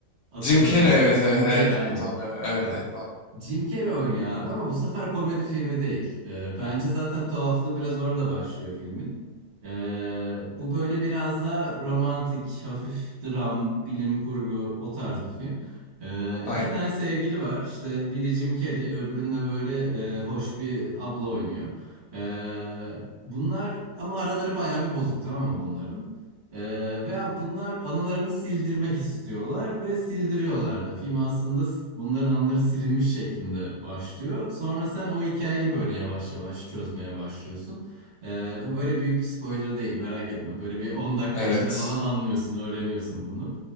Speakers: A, on the right; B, on the left.
A: Hatırladım.
B: Jim Carrey evet
A: Jim
B: evet
A: Carrey
B: evet
A: aynen.
B: evet o, evet
A: Bak
B: evet o.
A: Jim Carrey oynuyor abi ama bu sefer komedi filmi değil. Ee, bence zaten tuhaflığı biraz orada başlıyor filmin. Ee, bu böyle biraz da romantik, hafif dram, bilim kurgu o tarz bir film. Ee,
B: Aynen.
A: iki tane sevgili var. İşte biri Jim Carrey, öbüründe böyle e, hoş bir abla oynuyor. Ee, bunlar ama araları bayağı bir bozuk tamam mı bunların? Ee, veya bunlar anılarını sildirmek istiyorlar ve sildiriyorlar da. Film aslında s- bunların anıları silinmiş şeklinde başlıyor. Sonra sen o hikayeyi böyle yavaş yavaş çözmeye başlıyorsun. Ee, bu böyle büyük bir spoiler değil merak etme. Böyle bir 10 dakika
B: Evet.
A: içinde falan anlıyorsun, öğreniyorsun bunu.